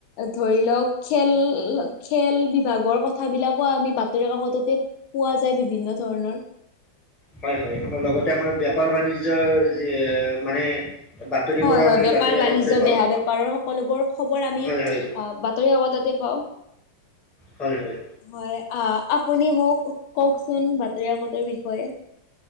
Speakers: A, on the left (about 80°); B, in the centre.
A: ধৰি লওঁক খেল-খেল বিভাগৰ কথাবিলাকো আমি বাতৰি কাকততে পোৱা যায়, বিভিন্ন ধৰণৰ।
B: হয়, হয়, আমাৰ লগতে আমাৰ বেপাৰ বাণিজ্যৰ যে মানে বাতৰিবোৰো
A: হয়, হয়,
B: আমি
A: বেপাৰ
B: বাতৰি কাকততে
A: বাণিজ্য
B: পাওঁ
A: বেহা বেপাৰৰ সকলোবোৰ খবৰ আমি
B: হয় হয়
A: আহ বাত তই আগতে <unintelligible>
B: হয় হয়
A: হয় আহ আপুনি মোক কওকচোন বাতৰিকাকতৰ বিষয়ে